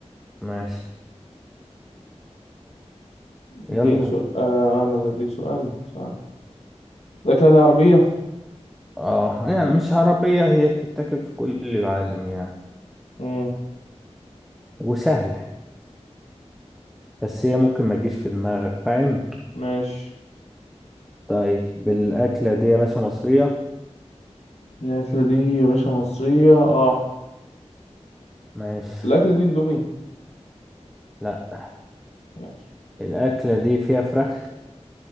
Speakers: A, in the centre; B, on the left (about 70°).
A: ماشي يلا
B: اديني سؤال آه أنا اللي أديك سؤال سؤال الأكلة دي عربية
A: اه يعني مش عربية هي بتتاكل في كل العالم يعني
B: مم.
A: وسهلة بس هي ممكن ما تجيش في دماغك فاهم
B: ماشي
A: طيب الأكلة دي يا باشا مصرية
B: الأكلة دي يا باشا مصرية اه
A: ماشي
B: الأكلة دي اندومي
A: لا
B: ماشي
A: الأكلة دي فيها فراخ